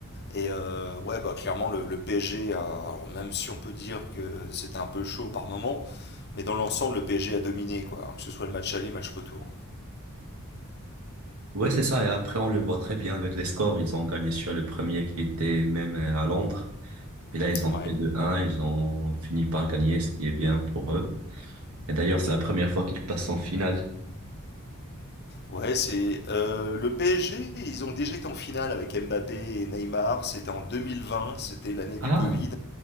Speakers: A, on the left; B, on the right.
A: et euh, ouais bah clairement le, le PSG, a- alors, même si on peut dire que c'était un peu chaud par moment, mais dans l'ensemble le PSG a dominé quoi, hein, que ce soit le match aller, match retour.
B: Ouais, c'est ça. Et après, on le voit très bien avec les scores. Ils ont gagné sur le premier qui était même euh, à Londres. Et là, ils ont
A: Ouais,
B: fait 2 un. Ils ont fini par gagner, ce qui est bien pour eux. Et d'ailleurs, c'est la première fois qu'ils passent en finale.
A: ouais c'est euh, le PSG, ils ont déjà été en finale avec Mbappé et Neymar, c'était en 2020, c'était l'année
B: Ah,
A: du Covid